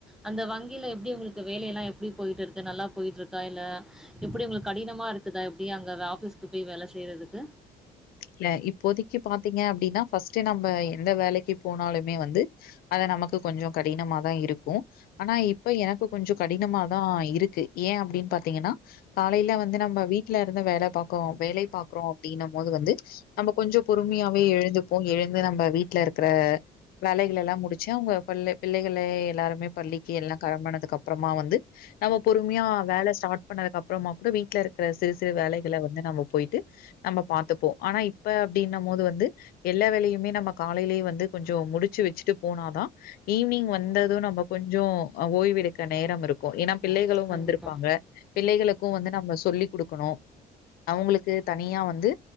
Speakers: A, in the centre; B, on the left (about 60°).
A: அந்த வங்கியில எப்டி உங்களுக்கு வேலையெல்லா எப்டி போயிட்ருக்கு நல்லா போயிட்டுருக்கா இல்ல எப்படி உங்களுக் கடினமா இருக்குதா எப்டி அங்க ஆஃபிஸ்க்கு போய் வேல செய்யறதுக்கு
B: ல்ல இப்போதிக்கு பாத்தீங்க அப்படின்னா ஃபஸ்ட்டு நம்ப எந்த வேலைக்கு போனாலுமே வந்து அத நமக்கு கொஞ்சோ கடினமாதா இருக்கு ஆனா இப்ப எனக்கு கொஞ்சோ கடினமாதா இருக்கு ஏ அப்டின்னு பாத்தீங்கன்னா காலைல வந்து நம்ம வீட்டுல இருந்து வேலை பாக்கோ வேலை பாக்குறோ அப்படின்ன போது வந்து நம்ம கொஞ்சோ பொறுமையாவே எழுந்திப்போ எழுந்து நம்ப வீட்டுல இருக்கிற வேலைகள் எல்லா முடிச்சு அவங்க பல்ல பிள்ளைகள எல்லாருமே பள்ளிக்கு எல்லா கெழம்பனதுக்கப்புறமா வந்து நம்ம பொறுமையா வேலை ஸ்டார்ட் பண்ணதுக்கு அப்புறமா கூட வீட்டுல இருக்கிற சிறு சிறு வேலைகளை வந்து நம்ம போயிட்டு நம்ம பாத்துப்போ ஆனா இப்ப அப்படின்ன போது வந்து எல்லா வேலையுமே நம்ம காலேலயே வந்து கொஞ்சோ முடிச்சு வச்சுட்டு போனாதா ஈவ்னிங் வந்தது நம்ம கொஞ்சோ அ ஓய்வெடுக்க நேர இருக்கு ஏன்னா பிள்ளைகளு
A: கண்டிப்பா
B: வந்திருப்பாங்க. பிள்ளைகளுக்கு வந்து நம்ம சொல்லிக் குடுக்கணு. அவுங்களுக்கு தனியா வந்து